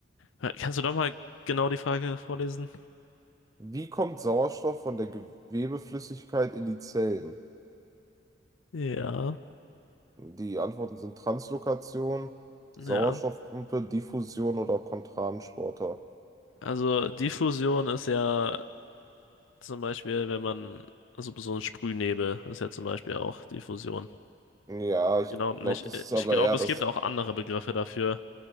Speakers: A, on the left; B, on the right.
A: Äh, Kannst du doch mal genau die Frage vorlesen?
B: Wie kommt Sauerstoff von der Gewebeflüssigkeit in die Zellen?
A: Ja.
B: Die Antworten sind Translokation,
A: Ja.
B: Sauerstoffpumpe, Diffusion oder Kontransporter.
A: Also Diffusion ist ja zum Beispiel, wenn man, also so ein Sprühnebel ist ja zum Beispiel auch Diffusion.
B: Ja, ich
A: Genau nicht.
B: glaube, das ist
A: Ich
B: aber
A: glaube,
B: eher
A: es
B: das,
A: gibt auch andere Begriffe dafür,